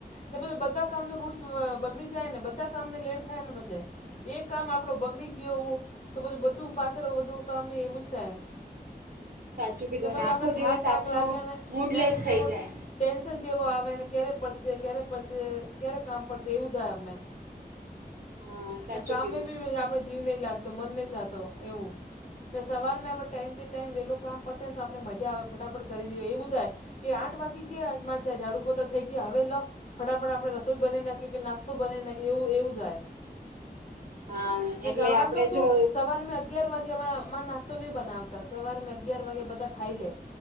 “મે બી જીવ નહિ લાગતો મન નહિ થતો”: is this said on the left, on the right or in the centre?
Left